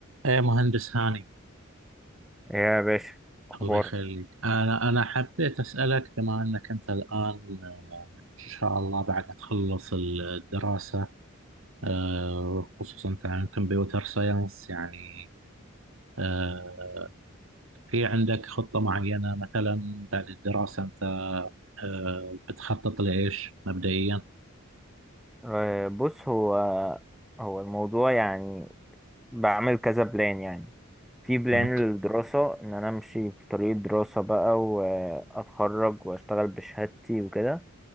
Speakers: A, on the right; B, in the centre.
A: ايه مهندس هاني
B: ايه يا باشا اخبارك
A: الله يخليك انا انا حبيت اسالك بما انك انت الان آه، ان شاء الله بعد ما تخلص الدراسه آه، خصوصا انت عن كمبيوتر ساينس يعني آه، في عندك خطه معينه مثلا بعد الدراسه انت آه، بتخطط لايش مبدئيا؟
B: آه، بص هو هو الموضوع يعني بعمل كذا بلان يعني في بلان
A: مم.
B: للدراسة ان انا امشي في طريق الدراسة بقى واتخرج واشتغل بشهادتي وكده